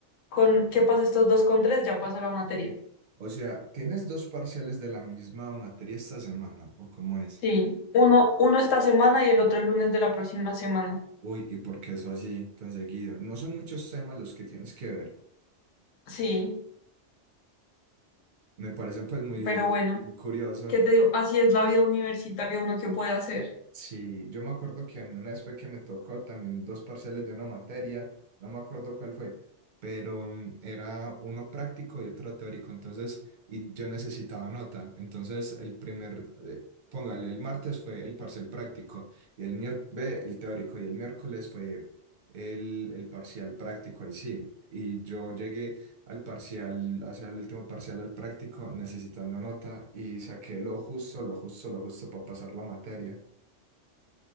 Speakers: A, on the left; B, on the right.
A: Con que pase estos dos con tres, ya paso la materia.
B: O sea, ¿tienes dos parciales de la misma materia esta semana? ¿O cómo es?
A: Sí, uno, uno esta semana y el otro el lunes de la próxima semana.
B: Uy, ¿y por qué eso así tan seguido? No son muchos temas los que tienes que ver.
A: Sí,
B: Me parece pues muy
A: pero bueno.
B: curioso.
A: ¿Qué te digo? Así es la vida universitaria, uno que puede hacer.
B: Sí, yo me acuerdo que a mí una vez fue que me tocó también dos parciales de una materia, no me acuerdo cuál fue, pero mm, era uno práctico y otro teórico, entonces, y yo necesitaba nota, entonces el primer, eh, póngale, el martes fue el parcial práctico y el miércoles, el teórico y el miércoles fue el, el parcial práctico, ahí sí, y yo llegué al parcial, hacia el último parcial al práctico necesitando nota y saqué lo justo, lo justo, lo justo para pasar la materia.